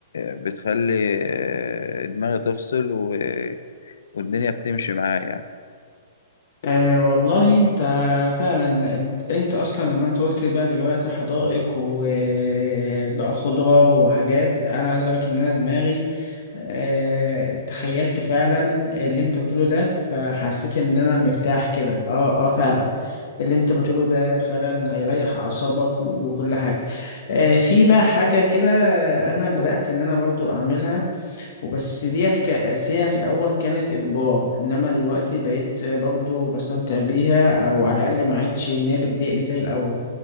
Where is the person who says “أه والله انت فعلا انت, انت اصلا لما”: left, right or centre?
Left